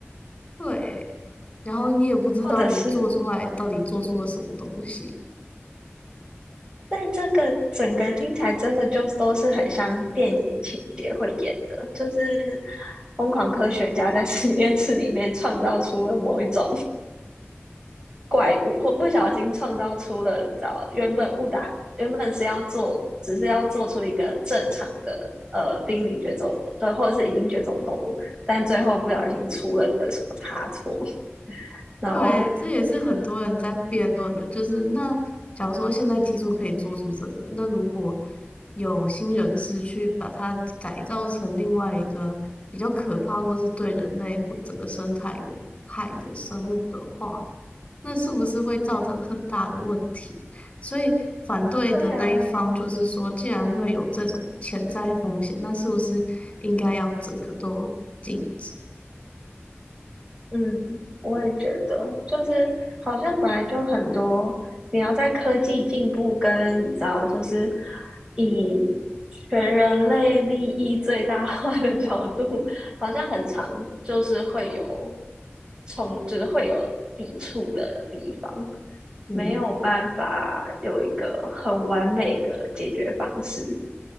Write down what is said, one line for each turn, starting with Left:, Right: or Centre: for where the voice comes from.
Left: 对，然后你也不知道你做出来到底做错了什么东西。
Right: <laughs> 或者是，但这个整个听起来真的就都是很像电影情节会演的，就是疯狂科学家在实验室里面创造出了某一种。怪物，或不小心创造出了你知道原本误打原本是要做，只是要做出一个正常的呃濒临绝种对，或者是已经绝种动物，但最后不小心出了个什么差错，然后
Left: 对，这也是很多人在辩论的，就是那假如说现在技术可以做出这个，那如果有新人士去把它改造成另外一个比较可怕或是对人类或整个生态有害的生物的话，那是不是会造成很大的问题？所以反对的那一方就是说，
Right: 对啊，
Left: 既然会有这种潜在风险，那是不是应该要整个都禁止？
Right: 嗯，我也觉得，就是好像本来就很多，你要在科技进步跟你知道，就是以全人类利益最大化的角度，好像很常就是会有冲，就是会有抵触的地方，
Left: 嗯。
Right: 没有办法有一个很完美的解决方式。